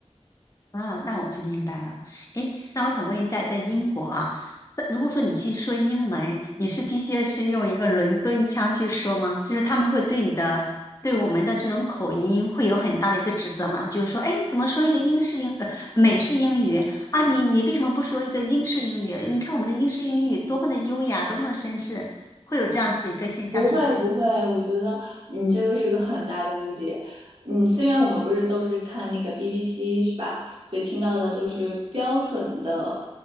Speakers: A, on the left (about 30°); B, on the right (about 45°).
A: 啊，那我就明白了。诶，那我想问一下，在英国啊，那如果说你去说英文，你是必须是用一个伦敦腔去说吗？就是他们会对你的，对我们的这种口音会有很大的一个指责吗？就是说，诶，你怎么说一个英式英，呃，美式英语啊？你你为什么不说一个英式英语？你看我们的英式英语多么的优雅，多么的绅士，会有这样子的一个现象出现吗
B: 不会不会，我觉得你这个是个很大的误解。嗯，虽然我们不是都是看那个 BBC 是吧？所以听到的都是标准的，